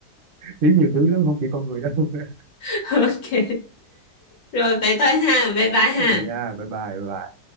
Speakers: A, on the right; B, on the left.
A: xíu nhiều thứ lắm không chỉ con người đâu <laughs>
B: <laughs> ok rồi vậy thôi ha bye bye ha
A: vậy nha bye bye bye bye.